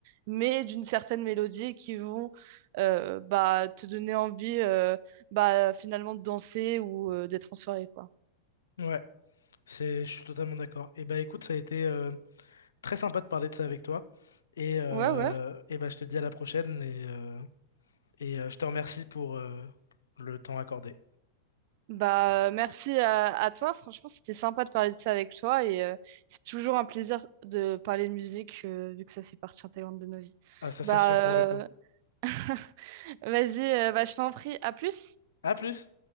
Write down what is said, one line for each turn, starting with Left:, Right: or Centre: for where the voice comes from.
Right: mais d'une certaine mélodie qui vont euh, bah, te donner envie euh, bah, finalement de danser ou euh, d'être en soirée, quoi.
Left: Ouais, c'est, je suis totalement d'accord. Et bah écoute, ça a été euh, très sympa de parler de ça avec toi. Et, euh,
Right: Ouais, ouais.
Left: et bah, je te dis à la prochaine et, euh, et euh, je te remercie pour euh, le temps accordé.
Right: Bah, merci à, à toi. Franchement, c'était sympa de parler de ça avec toi et euh, c'est toujours un plaisir de parler de musique euh, vu que ça fait partie intégrante de nos vies.
Left: Ah, ça c'est
Right: Bah,
Left: sûr pour le coup.
Right: euh, <laughs> Vas-y, euh, bah, je t'en prie. À plus.
Left: À plus!